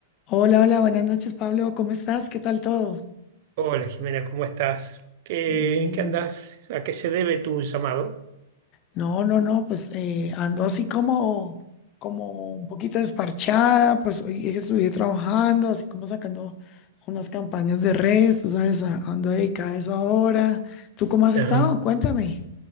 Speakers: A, on the left; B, on the right.
A: Hola, hola, buenas noches, Pablo. ¿Cómo estás? ¿Qué tal todo?
B: Hola Jimena, ¿cómo estás? ¿Qué,
A: Bien,
B: en qué andás? ¿A qué se debe tu llamado?
A: No, no, no, pues eh, ando así como, como un poquito desparchada, pues hoy estuve trabajando, así como sacando unas campañas de redes, tú sabes, a- ando dedicada a eso ahora. ¿Tú cómo has estado?
B: Ajá.
A: Cuéntame,